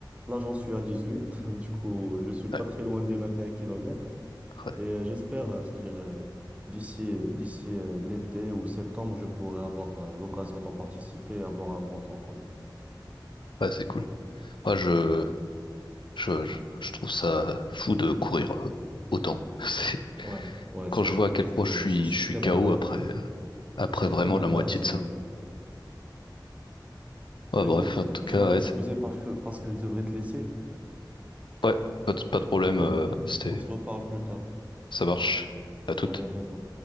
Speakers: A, on the right; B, on the left.
A: Là, j'en suis à 18, <laughs> du coup, je suis pas
B: ouais,
A: très loin des 21 kilomètres
B: ouais,
A: et euh, j'espère, euh, c'est-à-dire euh, d'ici d'ici euh, l'été ou septembre, je pourrai avoir euh, l'occasion d'en participer et avoir un bon temps quand même.
B: ouais, c'est cool. Moi, je, je, je, je trouve ça fou de courir euh, autant. <laughs> C'est-
A: Ouais, ouais,
B: Quand
A: c'est
B: je
A: vrai,
B: vois à quel
A: c'est
B: point
A: vrai,
B: je suis,
A: c'est c'est
B: je suis
A: très
B: KO
A: mental
B: après. euh, après
A: et c'est
B: vraiment
A: très mental,
B: la moitié
A: c'est
B: de ça. Ouais,
A: Bah
B: bref,
A: écoute,
B: en tout cas,
A: tu vas m'excuser
B: ouais, c'est-
A: parce que parce que je devrais te laisser,
B: ouais, pas de, pas de problème,
A: d'accord?
B: euh, c'était,
A: On se reparle plus tard.
B: ça marche. À toute.
A: Allez, à bientôt.